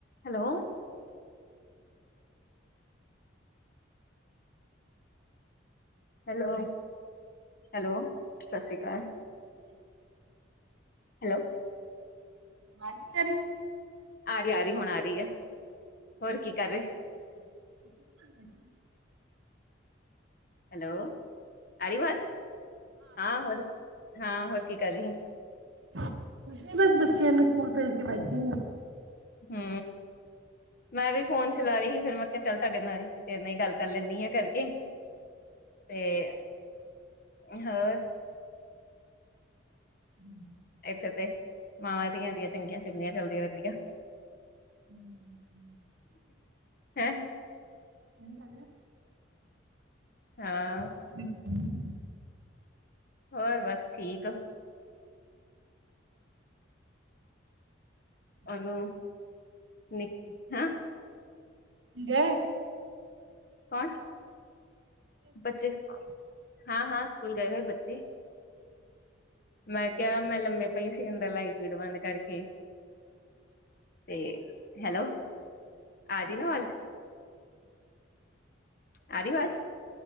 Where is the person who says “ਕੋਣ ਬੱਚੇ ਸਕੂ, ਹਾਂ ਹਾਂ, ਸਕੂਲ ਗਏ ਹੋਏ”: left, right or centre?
Left